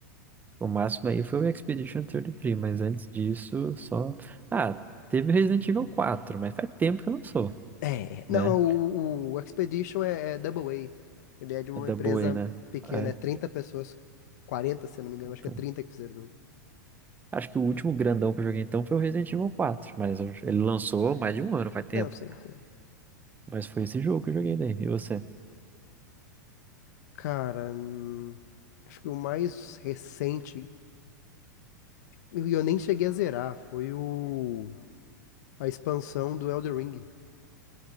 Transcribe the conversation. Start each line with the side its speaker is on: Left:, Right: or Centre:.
Right: O máximo aí foi o Expedition 33, mas antes disso, só. Ah, teve Resident Evil 4, mas faz tempo que eu não sou,
Left: É,
Right: né?
Left: não, o, o Expedition é, é Double A. Ele é de uma
Right: É Double
Left: empresa
Right: A, né?
Left: pequena,
Right: É,
Left: é 30 pessoas, 40, se eu não me engano,
Right: então.
Left: acho que é 30 que fizeram o jogo.
Right: Acho que o último grandão que eu joguei então foi o Resident Evil 4, mas eu- ele
Left: Hum.
Right: lançou mais de um ano, faz tempo.
Left: Não, sim, sim.
Right: Mas foi esse jogo que eu joguei daí. E você?
Left: Cara, hum, acho que o mais recente, e eu nem cheguei a zerar, foi o a expansão do Elden Ring.